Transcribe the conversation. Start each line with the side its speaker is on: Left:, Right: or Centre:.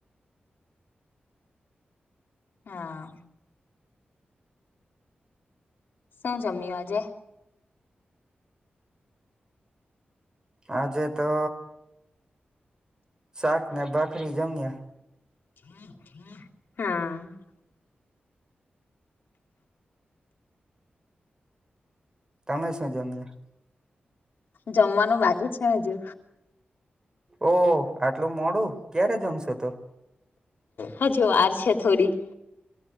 Left: હા. શું જમ્યું આજે.
Right: આજે તો. શાકને <unintelligible> જમ્યા.
Left: <inaudible> હા
Right: તમે શું જમ્યા.
Left: જમાનું બાકી છે, હજુ.
Right: ઓ આટલું મોડું ક્યારે જમશો તો.
Left: હજુ વાર છે, થોડી.